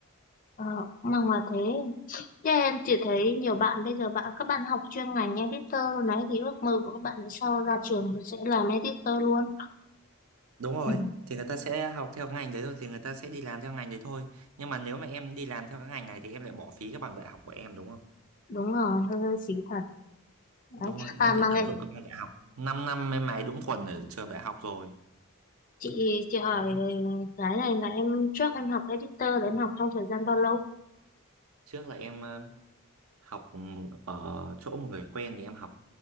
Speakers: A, on the left (about 35°); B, on the right (about 75°).
A: ờ, mong là thế. thế em chỉ thấy nhiều bạn bây giờ bạn các bạn học chuyên ngành editor luôn đấy thì ước mơ của các bạn sau ra trường thì sẽ làm editor luôn.
B: đúng rồi
A: Ừ.
B: thì người ta sẽ học theo ngành đấy rồi thì người ta sẽ đi làm theo ngành đấy thôi nhưng mà nếu mà em đi làm theo cái ngành này thì em lại bỏ phí cái bằng đại học của em đúng không
A: Đúng rồi, hơi hơi xí thật. Đấy.
B: đúng rồi
A: À
B: em
A: mà
B: phải tận
A: ngày
B: dụng các bằng đại học 5 năm năm em mày đúng quần ở trường đại học rồi
A: chị chị hỏi
B: đấy
A: cái này là em trước em học editor là em học trong thời gian bao lâu?
B: trước là em ờ, học m- ở chỗ một người quen thì em học